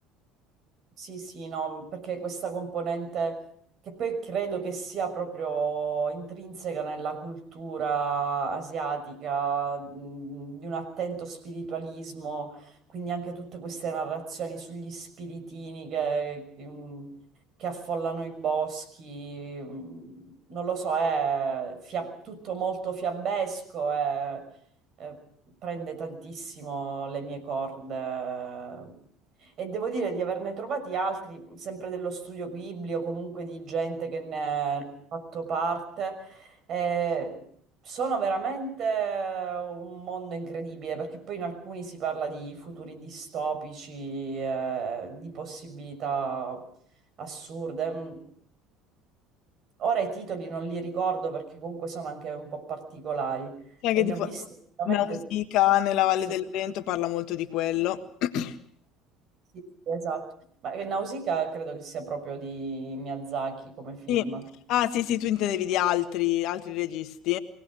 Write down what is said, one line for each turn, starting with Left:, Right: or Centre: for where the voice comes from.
Right: Sì, sì, no, mhmm, perché questa componente che poi credo che sia proprio intrinseca nella cultura asiatica, mh, di un attento spiritualismo, quindi anche tutte queste narrazioni sugli spiritini che, che, mh, che affollano i boschi, mh, non lo so, è fia- tutto molto fiabesco e eh, prende tantissimo le mie corde. E devo dire di averne trovati altri, sempre dello studio Ghibli o comunque di gente che ne ha fatto parte. Eh, sono veramente eh, un mondo incredibile, perché poi in alcuni si parla di futuri distopici, eh, di possibilità assurde. Mm, Ora i titoli non li ricordo perché comunque sono anche un po' particolari
Left: Sì, anche
Right: e ne
Left: tipo
Right: ho visti veramente...
Left: Nausicaä nella Valle
Right: sì.
Left: del Vento parla molto di quello. <clears throat>
Right: Sì, sì, esatto. Ma eh, Nausicaa credo che sia proprio di Miyazaki come film.
Left: Sì. Ah, sì, sì, tu intendevi di altri, altri registi?